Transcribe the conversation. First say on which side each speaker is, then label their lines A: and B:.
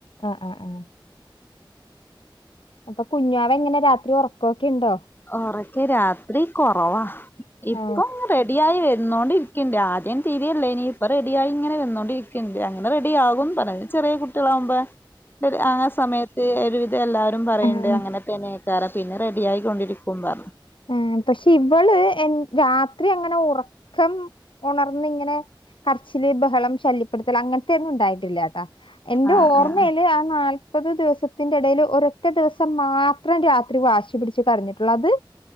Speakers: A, on the left; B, on the left.
A: ആഹ് ആഹ് ആഹ്. അപ്പൊ കുഞ്ഞാവ എങ്ങനെ രാത്രി ഒറക്കോക്കെ ഇണ്ടോ?
B: ഒറക്ക് രാത്രി കൊറവാ. ഇപ്പം
A: ആ
B: റെ ഡിയായി വര്ന്നോണ്ടിരിക്ക്ണ്ട്. ആദ്യം തീരെയില്ലേനി ഇപ്പോ റെഡിയായി ഇങ്ങനെ വന്നോണ്ടിരിക്ക്ണ്ട് അങ്ങനെ റെഡിയാകും. <unintelligible> ചെറിയ കുട്ടികളാവുമ്പെ ഡെ ആ സമയത്ത് ഒരു ഇതെല്ലാരും പറയ്ണ്ട്
A: ആ
B: അങ്ങനെത്തെന്നേക്കാരം പിന്നെ റെഡി ആയി കൊണ്ടിരിക്കും പറഞ്ഞ്
A: ഏഹ് പക്ഷെ ഇവള് എൻ രാത്രി അങ്ങനെ ഉറക്കം ഉണർന്ന് ഇങ്ങനെ കരച്ചില് ബഹളം ശല്യപ്പെടുത്തൽ അങ്ങനത്തെ ഒന്നും ഉണ്ടായിട്ടില്ലാട്ടോ എന്റെ
B: ആഹ്
A: ഓർമയില്
B: ആഹ്
A: ആ നാല് നാല്പത് ദിവസത്തിന്റെ എടേല് ഒരൊറ്റ ദിവസം മാത്രം രാത്രി വാശി പിടിച്ച് കരഞ്ഞിട്ടൊള്ളൂ അത്